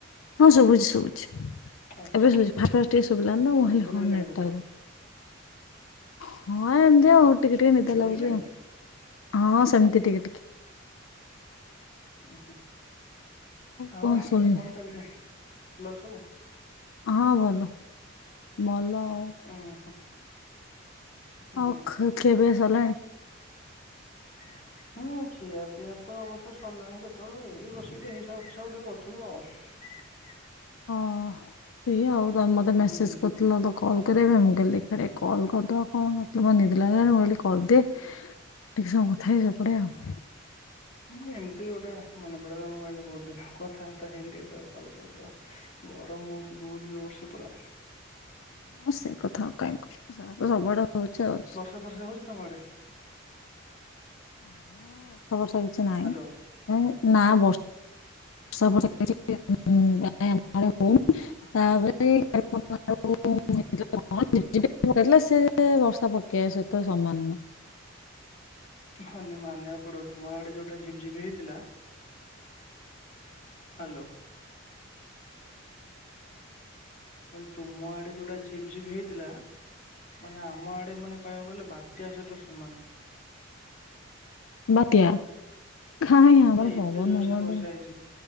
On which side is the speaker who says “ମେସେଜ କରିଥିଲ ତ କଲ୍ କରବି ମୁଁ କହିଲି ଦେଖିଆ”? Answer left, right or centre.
Left